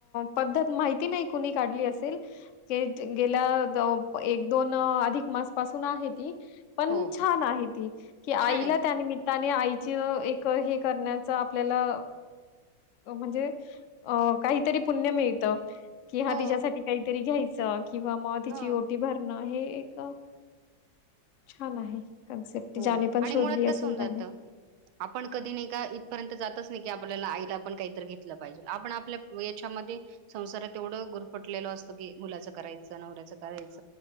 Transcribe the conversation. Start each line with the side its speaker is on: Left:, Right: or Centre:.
Left: पद्धत माहिती नाही कुणी काढली असेल गेल्या एक दोन अधिक मास पासून आहे ती पण
Right: हो
Left: छान आहे ती की आईला
Right: छान आहे ना
Left: त्या निमित्ताने आई ची हे करण्याच आपल्याला म्हणजे अ काहीतरी पुण्य मिळत. की हा
Right: हो
Left: तिच्यासाठी काहीतरी घ्यायचं किंवा मग तिची
Right: हो
Left: ओटी भरणं हे एक छान आहे. कन्सेप्ट
Right: हो
Left: ज्याने पण
Right: आणि
Left: शोधली
Right: मुळात कस
Left: असेल
Right: होऊन जात
Left: त्याने
Right: आपण कधी नाही का इथपर्यंत जातच नाही क आपल्याला आईला पण काहीतरी घेतलं पाहिजे आपण आपल्या याच्यामध्ये संसारात एवढं गुरफटलेलो अस मुलाच करायच नवऱ्याच करायच